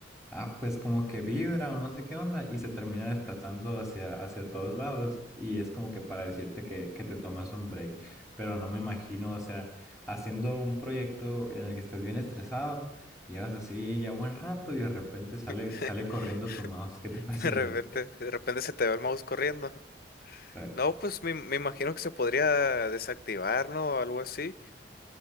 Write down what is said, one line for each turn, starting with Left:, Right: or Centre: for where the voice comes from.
Centre: Ah, pues como que vibra o no sé qué onda y se termina desplazando hacia, hacia todos lados y es como que para decirte que, que te tomas un break, pero no me imagino, o sea, haciendo un proyecto en el que estás bien estresado, llevas así ya buen rato y de repente sale,
Left: <laughs>
Centre: sale corriendo tu mouse, ¿qué te <laughs> parecería?
Left: De repente, de repente se te va el mouse corriendo.
Centre: Exacto.
Left: No, pues me, me imagino que se podría desactivar, ¿no? O algo así.